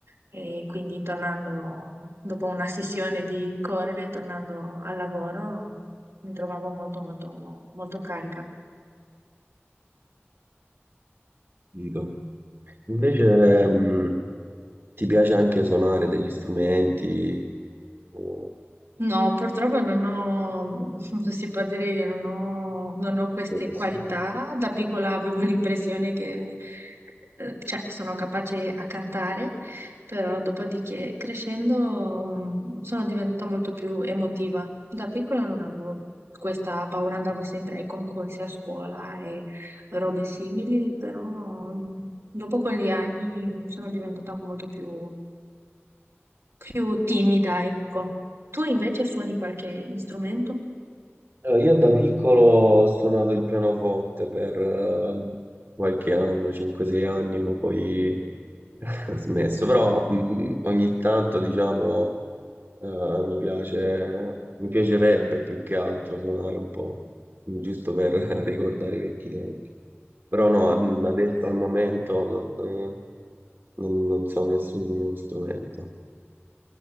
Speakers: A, on the right (about 90°); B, on the right (about 55°).
A: e quindi tornando dopo una sessione di correre, tornando al lavoro, mi trovavo molto, molto, molto carica.
B: Capito. Invece, mh, ti piace anche suonare degli strumenti? o-
A: No, purtroppo non ho, <laughs> si può dire che non ho, non ho queste
B: o possibile?
A: qualità. Da piccola avevo <laughs> l'impressione che, eh, cioè, sono capace a cantare, però dopodiché crescendo mm, sono diventata molto più emotiva. Da piccola non avevo questa paura, andavo sempre ai concorsi a scuola e robe simili, però mm, dopo con gli anni sono diventata molto più più timida, ecco. Tu invece suoni qualche strumento?
B: Eh, Io da piccolo ho suonato il pianoforte per eh, qualche anno, 5-6 anni, ma poi <laughs> ho smesso. Però mh, ogni tanto, diciamo, eh, mi piace, mi piacerebbe più che altro suonare un po', giusto per <laughs> ricordare i vecchi tempi. Però no, ad- adesso al momento non, eh, non, non so nessun nuovo strumento.